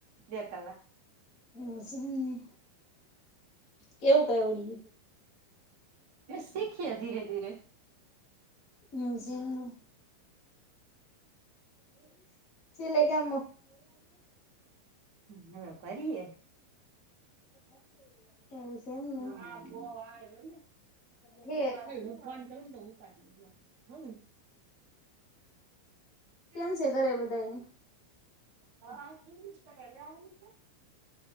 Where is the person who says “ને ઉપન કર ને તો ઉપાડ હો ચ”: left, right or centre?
Right